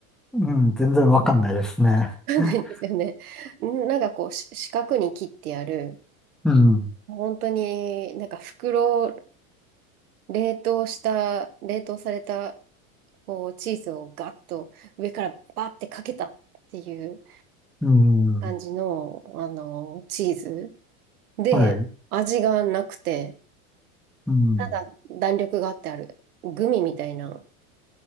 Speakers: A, in the centre; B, on the right.
A: うん、全然わかんないですね。
B: <laughs> つかないですよね。
A: <laughs>
B: んなんかこう、し四角に切ってやる、
A: うん。
B: 本当になんか袋、冷凍した、冷凍された、こう、チーズをガッと上からバッてかけたっていう、
A: うん。
B: 感じの、あの、チーズで、
A: はい。
B: 味がなくて、
A: うん。
B: ただ弾力があってある、グミみたいな